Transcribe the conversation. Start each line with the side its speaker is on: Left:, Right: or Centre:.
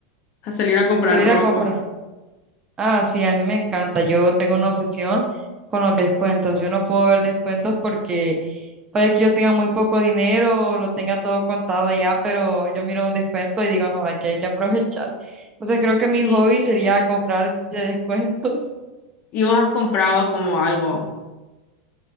Left: a salir a comprar
Right: Salir
Left: ropa.
Right: a comprar. Ah, sí, a mí me encanta. Yo tengo una obsesión con los descuentos. Yo no puedo ver descuentos porque puede que yo tenga muy poco dinero, lo tenga todo contado allá, pero yo miro un descuento y digo, no, aquí hay que aprovechar. Entonces creo que mi
Left: Y,
Right: hobby sería comprar de descuentos.
Left: y vos has comprado como algo,